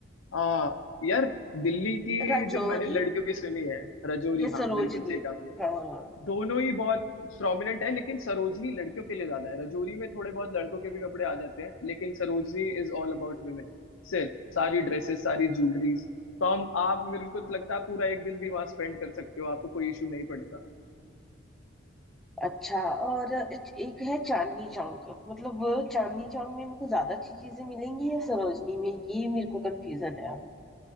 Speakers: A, on the left (about 80°); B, in the centre.
A: आ, यार दिल्ली की
B: राजौरी
A: जो मैंने लड़कियों की सुनी है रजौरी
B: या
A: हाँ
B: सरोजनी
A: बिल्कुल सही कहा आपने
B: हाँ
A: दोनों ही बहुत प्रोमिनेंट है लेकिन सरोजनी लड़कियों के लिए ज्यादा है रजौरी में थोड़े बहुत लड़कों के भी कपड़े आ जाते हैं लेकिन Sarojini is all about women सिर्फ सारी ड्रेसेस सारी ज्वेलरीज तो हम आप मेरे को तो लगता है पूरा एक दिन भी वहां स्पेंड कर सकते हो आपको कोई इशू नहीं पड़ेगा
B: अच्छा और एक है चांदनी चौक मतलब वो चांदनी चौक में मेरे को ज्यादा अच्छी चीजें मिलेंगी या सरोजनी में ये मेरे को कंफ्यूजन है